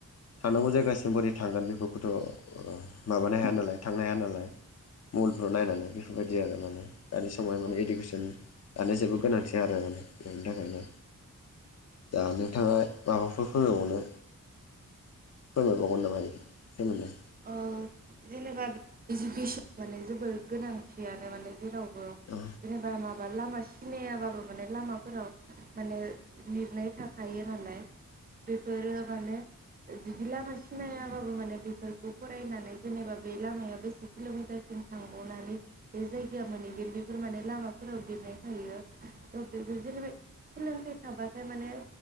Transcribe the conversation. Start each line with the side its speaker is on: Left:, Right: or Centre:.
Left: थांनांगौ जायगासिम बोरै थांगोन बेफोरखौथ' ओ माबानो हाया नालाय थांनो हाया नालाय मबाइलफ्राव नायनानै बेफोरबायदि आरो माने दानि समाव
Right: औ
Left: माने इडुकेसन दानि जुगाव गोनांथि आरो माने बेनि थाखायनो। दा नोंथाङा माबाफोर फोरमायबावनो फोरमायबावगोन नामा इफोरनि सोमोन्दै
Right: ओ जेनेबा इडुकेसन माने जोबोर गोनांथियानो माने जेरावबो
Left: औ
Right: जेनेबा माबा लामा सिनायाबाबो माने लामाफोराव माने लिरनाय थाखायो नालाय बेफोरो माने बिदि लामा सिनायाबाबो माने बेफोर- खौ फरायनानै जेनेबा बे लामाया बेसे किल'मिटारसिम थांबावनानै बे जायगाया मोनहैगोन बे बेफोर माने लामाफोराव लिरनाय थायो त' बेफोर जेनेबा सोलोंथाइ थाबाथाय माने